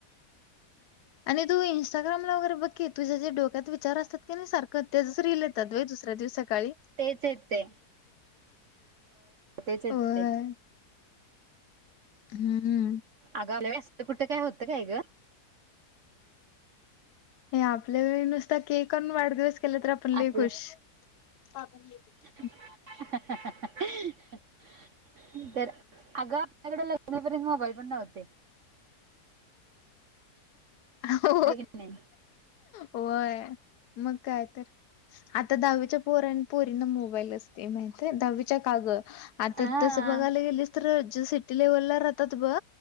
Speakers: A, on the left; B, on the right.
A: आणि तू इं्स्टाग्राला वगैरे बघकी तुझ जे डोक्यात विचार असताती नाही सारख क त्या जस रले येतात व दुसऱ्या दिवस सकाळी
B: तेच येत ते तेच येत
A: होय.
B: ते
A: हम्म
B: अगाला वस्त कुठं काय होतं काय गं
A: हे आपल्या नुसता केकून वाढदिवस केला तर आपण ल
B: आपलं
A: खूशण
B: <inaudible> तर अगं आपल्याकडे लग्नापर्यंत मोबाईल पण नव्हते
A: हो
B: ह क नाही
A: होय मग काय तर आता दहावीच्या पोरन पोरीना मोबाईल असते. <unintelligible> दहावीच्या <unintelligible> आता
B: हा
A: तसं बघायला गेलीस तर जे सिटी लेव्हलला राहतात बघ.